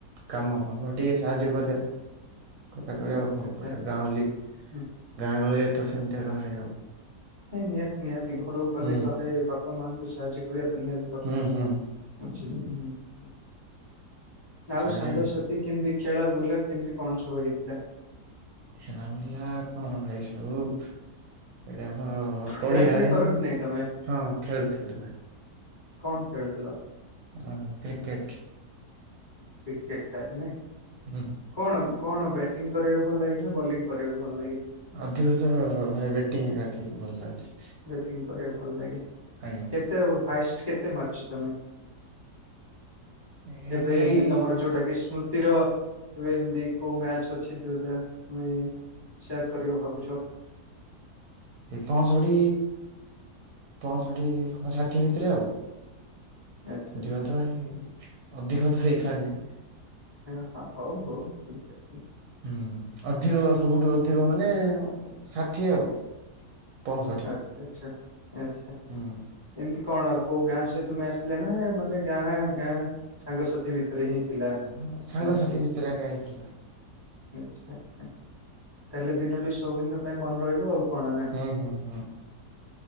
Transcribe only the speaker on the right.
କାମ ଫାମ ଟିକେ ସାହାଯ୍ୟ କରିବା। କଥା କରିଆ
ଆଉ କଣ
କରିଆ ଗାଁଉଲି
ଗାଁ ଗହଳିରେ ତ ସେମତି ଆକା ଭାଇ ଆଉ।
ହୁଁ
ହୁଁ ହୁଁ।
ସାହାଯ୍ୟ
ଟିକେ
ଖେଳା ବୁଲା କଣ ଭାଇ ସବୁ ଏଇଟା ଆମର ପଡ଼ିଆରେ
ଆଉ
ହଁ ଖେଳୁଥୁଲୁ ଭାଇ।
ଆ କ୍ରିକେଟ୍।
ହଁ।
ଅଧିକ ତ ଭାଇ ବେଟିଂ ଏକା ଠିକ୍ ଭଲ ଲାଗୁଚି।
ଆଜ୍ଞା।
ଏ ଏଇ
ଏଇ
ଏ ପଁଷଠି ପଁଷଠି କ ଷାଠିଏ ଭିତରେ ଆଉ।
ଧିଅ ତ ହେଇ ଅଧିକ ତ ହେଇପାରିନି।
ହୁଁ ଅଧିକ ସବୁଠୁ ଅଧିକ ମାନେ ଷାଠିଏ ଆଉ। ପଁଷଠି।
ହଁ।
ଅ ହଁ ସାଙ୍ଗସାଥି
ଭିତରେ ଆକା ହେଇଥିଲା।
ହଁ ହଁ ହଁ।